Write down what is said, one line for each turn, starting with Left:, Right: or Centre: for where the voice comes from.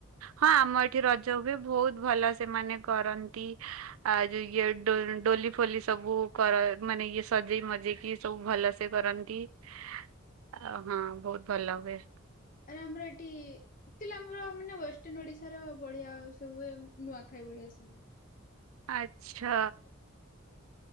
Right: ହଁ ଆମ ଏଠି ରଜ ହୁଏ ବହୁତ ଭଲ ସେମାନେ କରନ୍ତି ଆଉ ଯୋଉ ଇଏଡ ଡୋଲି ଫୋଲି ସବୁ କର ମାନେ କଏ ସଜେଇ ମଜେଇକି ସବୁ ଭଲସେ କରନ୍ତି ଆ ହଁ ବହୁତ ଭଲ ହୁଏ
Left: ଆରେ ଆମର ଏଠି ଆମର ମାନେ ୱେଷ୍ଟ ଇନ୍‌ ଓଡିଶାର ବଢିଆ ସବୁଏ ନୂଆଖାଇ ବଢିଆ ସେ
Right: ଆଚ୍ଛା
Left: ଆମର ସେଇଟା ତ